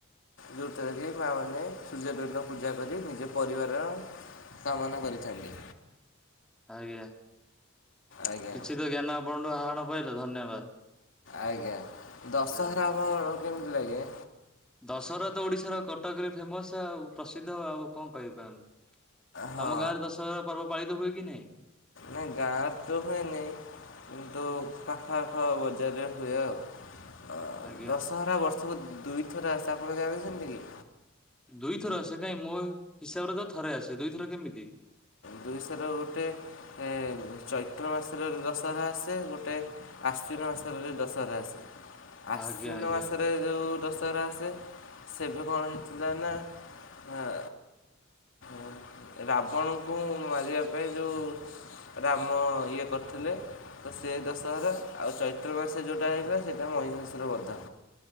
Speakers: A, on the left; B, in the centre.
A: ଯୋଉଥିରେ କି ମା ମାନେ ସୂର୍ଯ୍ୟ ଦେବତାଙ୍କୁ ପୂଜା କରି ନିଜ ପରିବାର କାମନା କରିଥାନ୍ତି।
B: ଆଜ୍ଞା
A: ଆଜ୍ଞା
B: କିଛି ତ ଜ୍ଞାନ ଆପଣଠୁ ଆହାଣି ପାଇଲେ ଧନ୍ୟବାଦ।
A: ଆଜ୍ଞା ଦଶହରା
B: ଆଜ୍ଞା
A: ଆପଣଙ୍କୁ କେମିତି ଲାଗେ?
B: ଦଶହରା ତ ଓଡିଶାର କଟକରେ ଫେମସ୍ ଆଉ ପ୍ରସିଦ୍ଧ ଆଉ କଣ କହିବା ଆମେ
A: ହଁ
B: ତମ ଗାଁରେ ଦଶହରା ପର୍ବ ପାଳିତ ହୁଏ କି ନାହିଁ?
A: ନାଁ ଗାଁରେ ତ ହୁଏନି। କିନ୍ତୁ ପାଖ ଆଖ ବଜାରରେ ହୁଏ ଆଉ। ଅ
B: ଆଜ୍ଞା।
A: ଦଶହରା ବର୍ଷକୁ ଦୁଇଥର ଆସେ ଆପଣ ଜାଣିଚନ୍ତିକି?
B: ଦୁଇଥର ଆସେ କାଇଁ ମୋ ହିସାବରେ ତ ଥରେ ଆସେ ଦୁଇଥର କେମିତି?
A: ଦୁଇସର ଗୋଟେ ଏ ଚୈତ୍ର ମାସରେ ଦଶହରା ଆସେ ଗୋଟେ ଆଶ୍ୱିନ ମାସରେ ବି ଦଶହରା ଆସେ ଆଶ୍ୱିନ
B: ଆଜ୍ଞା ଆଜ୍ଞା
A: ମାସରେ ଯୋଉ ଦଶ ହରା ଆସେ ସେବେ କଣ ହେଇଥିଲା ନା ଆ ଆ ରାବଣଙ୍କୁ ମାରିବା ପାଇଁ ଯେଉଁ ରାମ ଇଏ କରିଥିଲେ। ତ ସେ ଦଶହରା ଆଉ ଚୈତ୍ର ମାସ ଯେଉଁଟା ହେବେ ସେଇଟା ମହିଷାସୁର ବଧ